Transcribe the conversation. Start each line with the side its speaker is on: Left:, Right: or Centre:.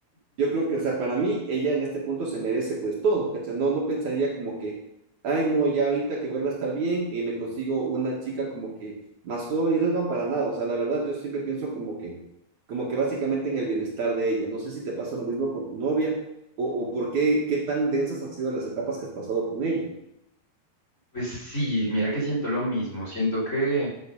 Right: yo creo que, o sea, para mí, ella en este punto se merece pues todo, ¿cachai? No, no pensaría como que, ay, no, ya ahorita que vuelva a estar bien y me consigo una chica como que más joven, y eso no para nada, o sea, la verdad, yo siempre pienso como que, como que básicamente en el bienestar de ella. No sé si te pasa lo mismo con tu novia o, o por qué, qué tan densas han sido las etapas que has pasado con ella.
Left: Pues sí, mira que siento lo mismo, siento que